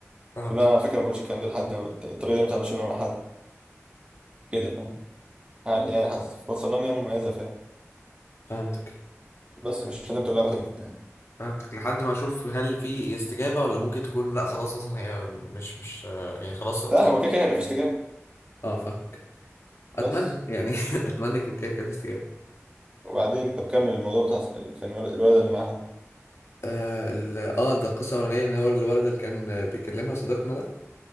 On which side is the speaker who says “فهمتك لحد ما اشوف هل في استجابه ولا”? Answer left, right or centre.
Left